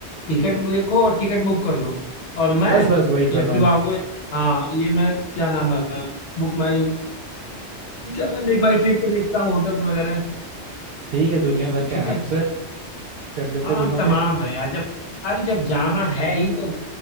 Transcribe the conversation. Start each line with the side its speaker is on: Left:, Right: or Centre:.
Left: टिकट देखो और टिकट बुक कर दो और मैं
Right: बस बस वही कर
Left: ये ट्रिवागो
Right: रहा हूँ
Left: हाँ ये मैं क्या नाम है बुक माई ज्यादा मेक माई ट्रिप पे देखता हूँ होटल्स वगैरह
Right: ठीक है दुनिया भर
Left: ठीक
Right: का
Left: है
Right: ऐप्स है कर लेते
Left: हाँ
Right: हैं दोनों
Left: तमाम
Right: को ही
Left: है यार जब अरे जब जाना है ही तो